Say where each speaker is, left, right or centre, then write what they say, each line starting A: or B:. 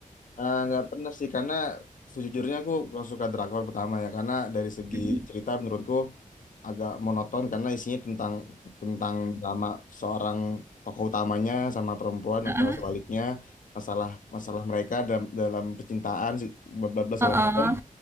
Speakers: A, on the left; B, on the right.
A: Eh, nggak pernah sih karena sejujurnya aku kurang suka drakor pertama ya karena dari segi
B: Mm-mm.
A: cerita menurutku agak monoton karena isinya tentang tentang drama seorang tokoh utamanya sama perempuan
B: Heeh.
A: atau sebaliknya masalah masalah mereka dalam dalam percintaan se- bablas segala
B: Heeh.
A: macam